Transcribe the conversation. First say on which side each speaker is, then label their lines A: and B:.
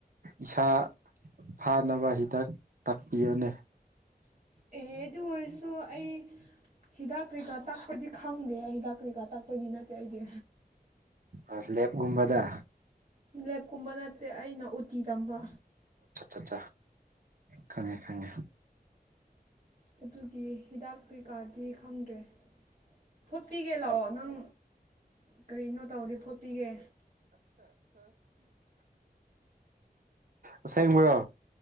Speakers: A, on the right; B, on the right.
A: ꯏꯁꯥ ꯐꯥꯅꯕ ꯍꯤꯗꯥꯛ ꯇꯥꯛꯄꯤꯌꯨꯅꯦ꯫
B: ꯑꯦ ꯑꯗꯨ ꯑꯣꯏꯔꯁꯨ ꯑꯩ ꯍꯤꯗꯥꯛ ꯀ꯭ꯔꯤꯀꯥ ꯇꯥꯛꯄꯗꯤ ꯈꯪꯗꯦ ꯍꯤꯗꯥꯛ ꯀ꯭ꯔꯤꯀꯥ ꯇꯥꯛꯄꯒꯤ ꯅꯠꯇꯦ ꯑꯩꯗꯤ꯫
A: ꯑ ꯂꯦꯞꯒꯨꯝꯕꯗ
B: ꯂꯦꯞꯀꯨꯝꯕ ꯅꯠꯇꯦ ꯑꯩꯅ ꯎꯇꯤ ꯇꯝꯕ꯫
A: ꯑꯠ ꯈꯪꯉꯦ ꯈꯪꯉꯦ
B: ꯑꯗꯨꯒꯤ ꯍꯤꯗꯥꯛ ꯀꯩꯀꯥꯗꯤ ꯈꯪꯗ꯭ꯔꯦ ꯐꯣꯠꯄꯤꯒꯦ ꯂꯥꯛꯑꯣ ꯅꯪ ꯀꯔꯤꯅꯣ ꯇꯧꯗꯤ ꯐꯣꯠꯄꯤꯒꯦ
A: ꯑꯁꯦꯡꯕꯔ